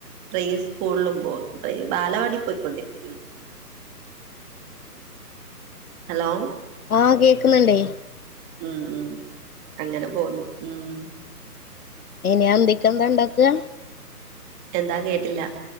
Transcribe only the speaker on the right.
പ്ലേ സ്കൂൾലും പോകുന്നു <unintelligible> ബാലവാടി പൊയ് ക്കൊണ്ടിരിക്കുന്നു.
ഹലോ
ഉം ഉം അങ്ങനെ പോന്നു ഉം
എന്താ കേട്ടില്ല